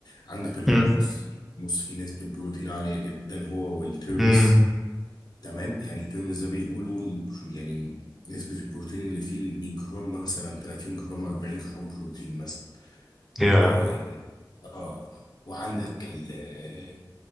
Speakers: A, on the left (about 60°); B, in the centre.
A: عندك الحمص
B: امم
A: الحمص فيه نسبه بروتين عاليه جدا هو والترمس
B: امم
A: تمام يعني الترمز ده بيقولوا ال- يعني نسبة البروتين اللي فيه لل 100 جرام مثلا 30 جرام 40 جرام بروتين مثلا
B: يا
A: اه آه. وعندك ال آه،